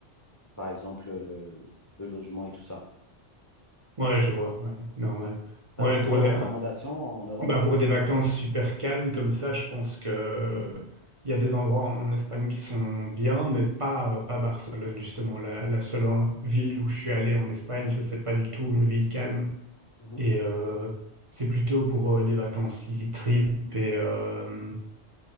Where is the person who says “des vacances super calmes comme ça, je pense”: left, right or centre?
Right